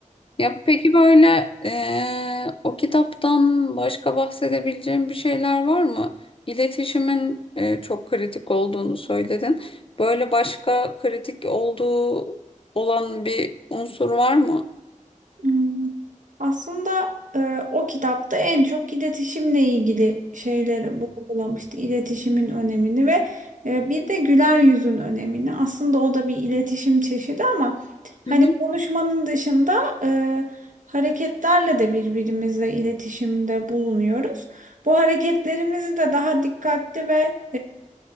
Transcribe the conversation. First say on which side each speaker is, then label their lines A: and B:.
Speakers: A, on the left; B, on the right.
A: Ya peki böyle eee, o kitaptan başka bahsedebileceğim bir şeyler var mı? İletişimin eee, çok kritik olduğunu söyledin. Böyle başka kritik olduğu olan bir unsur var mı?
B: Hmm. Aslında e, o kitapta en çok iletişimle ilgili şeyleri vurgulamıştı. İletişimin önemini ve e, bir de güler yüzün önemini. Aslında o da bir iletişim çeşidi ama hani
A: Hı hı,
B: konuşmanın dışında e, hareketlerle de birbirimizle iletişimde bulunuyoruz. Bu hareketlerimizi de daha dikkatli ve